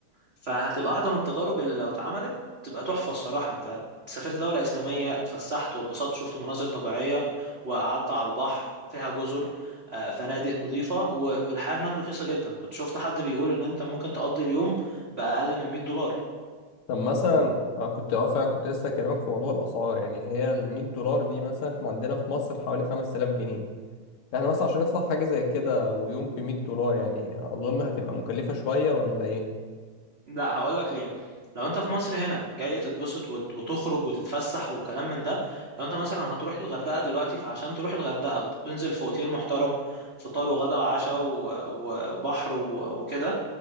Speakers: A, on the right; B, on the left.
A: فهتبقى واحدة من التجارب اللي لو اتعملت تبقى تحفة الصراحة انت سافرت دولة إسلامية اتفسحت واتبسطت شفت مناظر طبيعية وقعدت على البحر فيها جزر آه، فنادق نظيفة والحياة هناك رخيصة جدا كنت شفت حد بيقول ان انت ممكن تقضي اليوم بأقل من 100 دولار
B: طب مثلا آه، كنت اه فعلا كنت لسه هكلمك في موضوع الأسعار يعني هي ال 100 دولار دي مثلا احنا عندنا في مصر حوالي 5000 جنيه احنا مثلا عشان نطلع حاجة زي كده ويوم ب 100 دولار يعني أظن هتبقى مكلفة شوية ولا إيه؟
A: لا هقول لك ليه لو انت في مصر هنا جاي تتبسط وت- وتخرج وتتفسح وكلام من ده لو انت مثلا هتروح الغردقة دلوقتي فعشان تروح الغردقة وتنزل في اوتيل محترم فطار وغدا وعشاء و- وبحر و- وكده